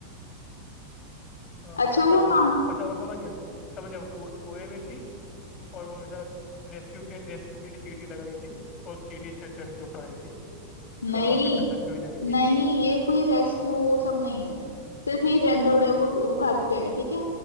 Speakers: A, on the left (about 30°); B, on the left (about 75°).
A: अ,
B: अच्छा
A: अच्छा
B: अगर
A: वो
B: माँ
A: अच्छा वो समझ गया समझ गया वो कुए- कुएं में थी और वो ना रेस्क्यू के रेस्क्यू के लिए सीढ़ी लगाई थी और सीढ़ी चढ़ चढ़ के ऊपर आई थी तो
B: नहीं
A: वापस अंदर क्यों जाएगी
B: नहीं ये कोई रेस्क्यू वो सब नहीं है सिर्फ ये जनरल
A: अच्छा
B: है वो वो घर पे है ठीक है